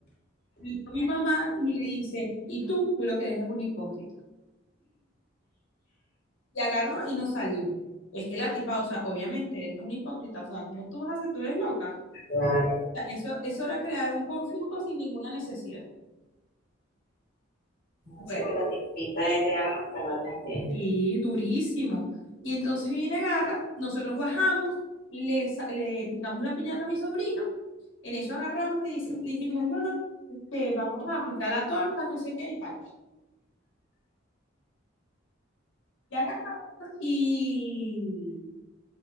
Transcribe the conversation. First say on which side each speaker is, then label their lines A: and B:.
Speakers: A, on the left (about 75°); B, on the left (about 50°).
A: Vino mi mamá y le dice, y tú, tú lo que eres es un hipócrita. Y agarró y nos salimos. Es que la tipa, o sea, obviamente eres un hipócrita, o sea, ¿cómo tú vas a hacer? Tú eres loca.
B: Claro,
A: O sea, eso, eso era crear un conflicto sin ninguna necesidad. Bueno.
B: o sea que la tispita es de armas tomar también.
A: Sí, durísimo. Y entonces viene, agarra, nosotros bajamos, le, sa- le picamos la piñata a mi sobrino, en eso agarramos y dice- dijimos, no, no, este, vamos a picar la torta, no sé qué y tal. Y agarramos y